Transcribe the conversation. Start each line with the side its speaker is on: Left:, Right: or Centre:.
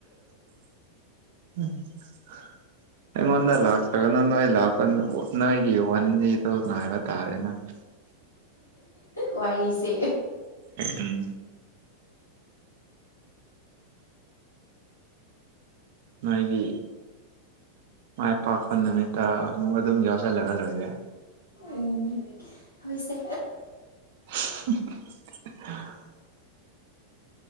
Right: ꯍꯨ ꯎꯝ ꯑꯩꯉꫭꯟꯗ ꯂꯥꯛꯇꯔꯒꯅ ꯅꯣꯏ ꯂꯥꯛꯄ ꯅꯣꯏꯒꯤ ꯋꯟꯗꯦꯗꫭ ꯉꯥꯏꯕ ꯇꯥꯔꯦꯗꯅ
Left: ꯋꯥꯔꯤꯁꯦ
Right: ꯎꯝ ꯅꯣꯏꯒꯤ ꯃꯥꯏ ꯄꯥꯛꯄ ꯅꯨꯃꯤꯠꯇ ꯑꯃꯨꯛ ꯑꯗꯨꯝ ꯌꯥꯎꯁ ꯆꯜꯂꯒ ꯂꫭꯏꯔꯦ
Left: ꯎꯝ ꯑꫭꯏꯁꯦ
Right: ꯏꯍꯤ ꯍꯤ ꯍꯤ